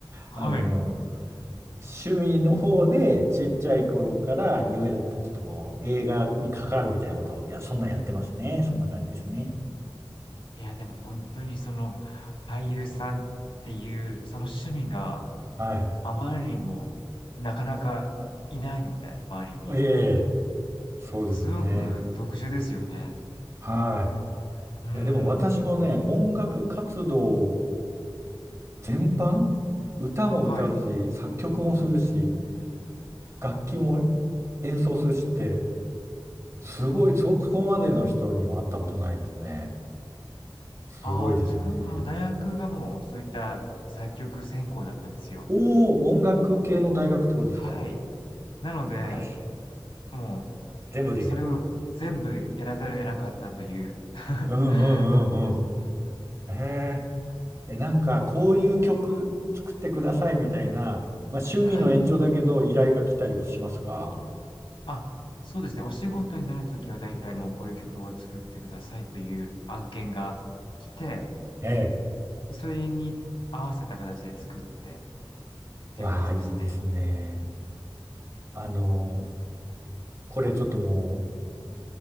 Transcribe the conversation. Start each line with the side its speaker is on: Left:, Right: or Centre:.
Left: はい。
Right: あの、趣味の方で、ちっちゃい頃から夢だった、ちょっとこう、映画に関わるみたいなことを、いや、そんなんやってますね。そんな感じですね。
Left: いや、でも本当にその俳優さんっていうその趣味が
Right: はい。
Left: あまりにもなかなかいないので、周りに。
Right: ええそうですね。
Left: すごく特殊ですよね。
Right: はい。いや、
Left: うーん。
Right: でも私もね、音楽活動全般、歌も歌うし、
Left: はい。
Right: 作曲もするし、楽器も演奏するしって、すごい、そこまでの人には会ったことないですね。すごいですね。
Left: ああ、自分、あの、大学がもうそういった作曲専攻だったんですよ。
Right: おお、音楽系の大学ってことですか。
Left: なはい。なので、
Right: 素晴らしい。
Left: も
Right: 全部できる。
Left: う、それを全部やらざるを得なかったという <laughs> 感
Right: うんうんうんうん。
Left: じでしたね。
Right: ええ、えなんかこういう曲作ってくださいみたいな、まあ、趣味の延長だけど依頼が来たりもしますか
Left: はい。あ、そうですね。お仕事になるときは、大体もうこういう曲を作ってくださいという案件が来て、
Right: ええ。
Left: それに合わせた形で作ってっていう形ですね。
Right: わあ、いいですね。あの、これちょっともう、